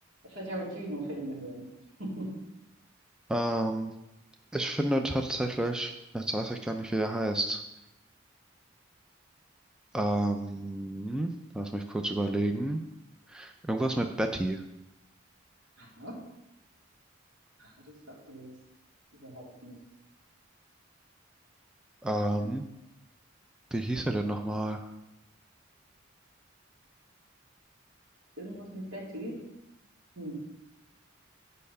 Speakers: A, on the right; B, in the centre.
A: für Tarantino-Filme hören. <laughs>
B: Ähm, ich finde tatsächlich, jetzt weiß ich gar nicht, wie er heißt. Ähm, lass mich kurz überlegen. Irgendwas mit Betty.
A: Aha, aha, das sagt mir jetzt überhaupt nichts.
B: Ähm,
A: Vielleicht
B: wie hieß er denn nochmal?
A: irgendwas mit Betty? Hm,